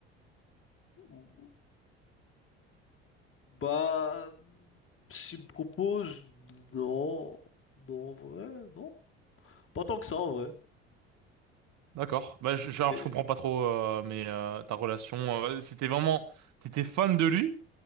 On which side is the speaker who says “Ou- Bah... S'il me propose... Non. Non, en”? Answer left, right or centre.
Left